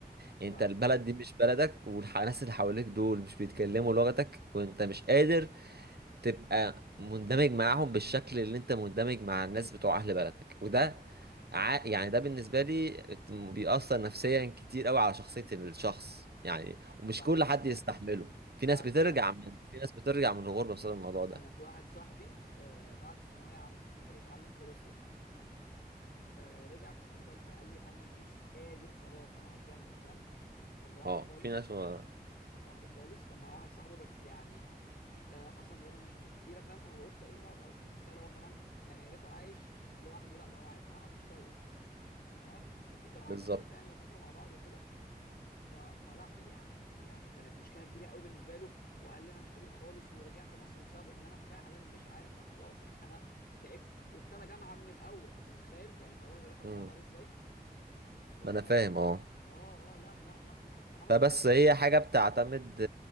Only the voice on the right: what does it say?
يعني
انت البلد دي مش بلدك والناس اللي حواليك دول مش بيتكلموا لغتك وانت مش قادر تبقى مندمج معاهم بالشكل اللي انت مندمج مع الناس بتوع اهل بلدك وده ع... يعني ده بالنسبة لي بيأثر نفسيا كتير قوي على شخصية الشخص يعني ومش
كل حد يستحمله في
ناس
بترجع
من في ناس بترجع من الغربة بسبب الموضوع ده
اه
في ناس ما...
بالظبط
امم
ما انا فاهم اه
فبس
هي
حاجة
بتعتمد